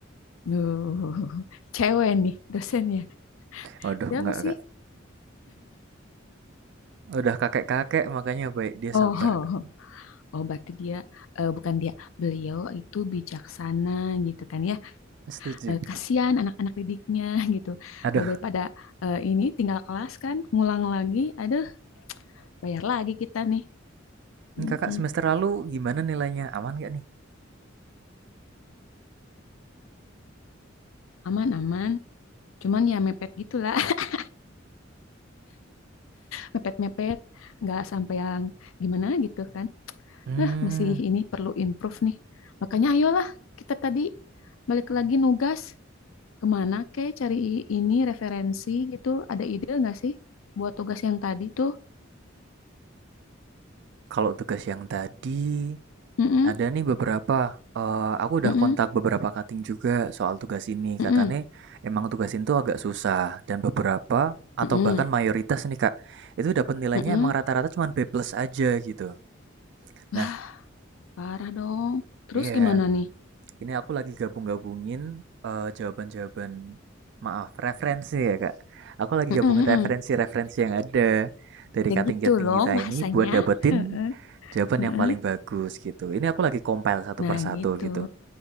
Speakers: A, on the left; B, on the right.
A: Duh, <laughs> cewek nih dosennya.
B: Waduh,
A: Siapa
B: enggak
A: sih?
B: Kak. Udah kakek-kakek makanya baik dia
A: Oh,
B: sabar Kak.
A: <laughs> oh, berarti dia eh, bukan dia, beliau itu bijaksana gitu kan ya.
B: Setuju.
A: Eh, kasihan anak-anak didiknya <laughs> gitu.
B: Aduh,
A: Eh, daripada eh, ini tinggal kelas kan, ngulang lagi, aduh, bayar lagi kita nih.
B: ini
A: Mm-mm.
B: Kakak semester lalu gimana nilainya? Aman gak nih?
A: Aman, aman. Cuman ya mepet gitulah, <laughs> mepet-mepet, nggak sampai yang gimana gitu kan.
B: Hmm,
A: Nah, masih ini perlu improve nih. Makanya ayolah kita tadi balik lagi nugas. Ke kek cari ini referensi gitu, ada ide nggak sih buat tugas yang tadi tuh?
B: kalau tugas yang tadi
A: Mm-mm,
B: ada nih beberapa. Eh, aku udah
A: mm-mm,
B: kontak beberapa kating juga soal tugas ini. Katanya
A: mm-mm,
B: emang tugas ini tuh agak susah dan beberapa atau
A: mm-mm,
B: bahkan mayoritas nih Kak, itu dapat nilainya
A: mm-mm.
B: emang rata-rata cuma B plus aja gitu. Nah,
A: Lah, parah dong. Terus
B: iya,
A: gimana nih?
B: ini aku lagi gabung-gabungin eh, jawaban-jawaban, maaf, referensi ya, Kak. Aku lagi
A: Mm-mm,
B: gabungin
A: mm-mm.
B: referensi-referensi yang ada dari
A: Ya
B: cutting-cutting
A: gitu loh
B: kita
A: bahasanya.
B: ini buat dapetin
A: Heeh,
B: jawaban
A: heeh.
B: yang paling bagus gitu. Ini aku lagi compile satu
A: Nah
B: persatu
A: gitu.
B: gitu.